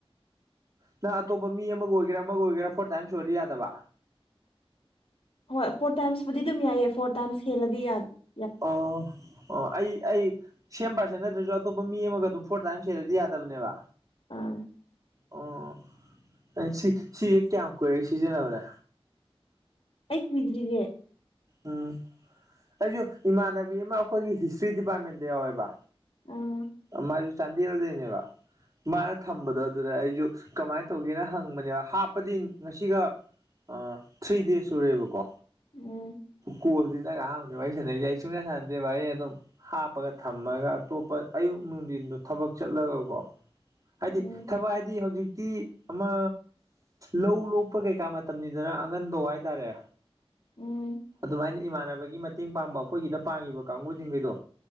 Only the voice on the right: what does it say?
ꯅꯪ ꯑꯇꯣꯞꯄ ꯃꯤ ꯑꯃꯒ ꯑꯣꯏꯒꯦꯔꯥ ꯑꯃꯒ ꯑꯣꯏꯒꯦꯔꯥ ꯐꯣꯔ ꯇꯥꯏꯝ ꯁ ꯑꯣꯏꯗꯤ ꯌꯥꯗꯕ
ꯑꯥ ꯑꯣ ꯑꯩ ꯑꯩ ꯁꯦꯝ ꯄꯥꯔꯁꯦ ꯅꯠꯇ꯭ꯔꯁꯨ ꯑꯇꯣꯞꯄ ꯃꯤ ꯑꯃꯒ ꯑꯗꯨꯝ ꯐꯣꯔ ꯇꯥꯏꯝ ꯁꯦꯂꯔꯤ ꯌꯥꯗꯕꯅꯦꯕ
ꯑꯣ ꯅ ꯁꯤ ꯁꯤꯁꯦ ꯀꯌꯥꯝ ꯀꯨꯏꯔꯦ ꯁꯤꯖꯤꯟꯅꯕꯗ
ꯎꯝ ꯑꯩꯁꯨ ꯏꯃꯥꯟꯅꯕꯤ ꯑꯃ ꯑꯩꯈꯣꯏꯒꯤ ꯍꯤꯁꯇ꯭ꯔꯤ ꯗꯤꯄꯥꯔꯠꯃꯦꯟꯇ ꯌꯥꯎꯋꯦꯕ
ꯃꯥ ꯑꯗꯨ ꯆꯗꯦꯜꯗꯅꯦꯕ ꯃꯥꯅ ꯊꯝꯕꯗꯣ ꯑꯗꯨꯗ ꯑꯩꯁꯨ ꯀꯃꯥꯏꯅ ꯇꯧꯒꯦꯅ ꯍꯪꯕꯅꯦꯕ ꯍꯥꯞꯄꯗꯤ ꯉꯁꯤꯒ ꯑ ꯊ꯭ꯔꯤ ꯗꯦꯖ ꯁꯨꯔꯦꯕꯀꯣ
ꯀꯣꯜꯗꯤꯅ ꯀꯥꯑꯕꯅꯦ ꯏ ꯁꯥꯟꯅꯩꯁꯦ ꯑꯩ ꯁꯨꯡꯌꯥ ꯁꯥꯟꯅꯗꯦ ꯚꯥꯏ ꯑꯗꯨꯝ ꯍꯥꯞꯄꯒ ꯊꯝꯃꯒ ꯑꯇꯣꯞꯄ ꯑꯌꯨꯛ ꯅꯨꯡꯗꯤꯟꯗꯣ ꯊꯕꯛ ꯆꯠꯂꯒꯀꯣ ꯍꯥꯏꯗꯤ
ꯊꯕꯛ ꯍꯥꯏꯗꯤ ꯍꯧꯖꯤꯛꯇꯤ ꯑꯃ ꯂꯧ ꯂꯣꯛꯄ ꯀꯩꯀꯥ ꯃꯇꯝꯅꯤꯗꯅ ꯑꯉꯟꯕꯧ ꯍꯥꯏꯇꯥꯔꯦ
ꯑꯗꯨꯃꯥꯏꯅ ꯏꯃꯥꯟꯅꯕꯒꯤ ꯃꯇꯦꯡ ꯄꯥꯡꯕ ꯑꯩꯈꯣꯏꯒꯤꯗ ꯄꯥꯡꯉꯤꯕ ꯀꯥꯡꯕꯨꯖꯤꯡꯒꯩꯗꯣ